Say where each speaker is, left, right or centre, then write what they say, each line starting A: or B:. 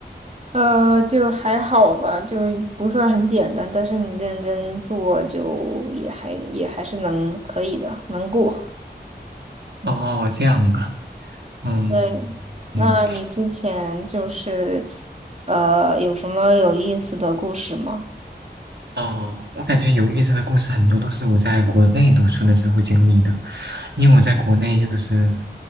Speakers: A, on the right (about 40°); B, on the right (about 75°).
A: 呃，就还好吧，就不算很简单，但是你认真做就也还也还是能可以的，能过。
B: <laughs> 哦，这样吧，嗯嗯，
A: 对，那你之前就是呃有什么有意思的故事吗？
B: 哦，我感觉有意思的故事很多都是我在国内读书的时候经历的，因为我在国内就是